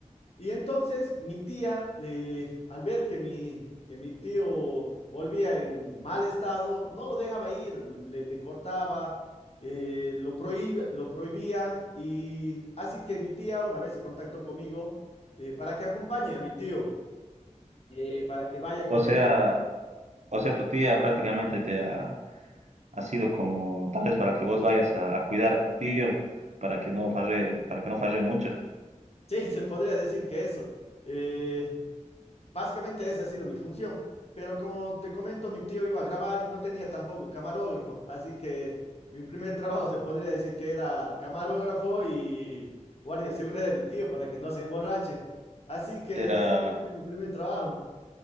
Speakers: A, on the left; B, on the right.
A: Y entonces mi tía, eh, al ver que mi, que mi tío volvía en mal estado, no lo dejaba ir, le, le cortaba, eh, lo prohíbe- lo prohibía. Y así que mi tía una vez se contactó conmigo eh, para que acompañe a mi tío eh, para que vaya con
B: O sea,
A: él. <laughs>
B: o sea, tu tía prácticamente te ha, ha sido como tal vez para que vos vayas a, a cuidar a tu tío para que no farre, para que no farre mucho.
A: Sí, se podría decir que eso. Eh, básicamente esa ha sido mi función, pero como te comento, mi tío iba a grabar y no tenía tampoco camarógrafo, así que mi primer <laughs> trabajo se podría decir que era camarógrafo y, y guardia de seguridad de mi tío para que no se emborrache. Así que
B: Era,
A: ese fue mi primer trabajo.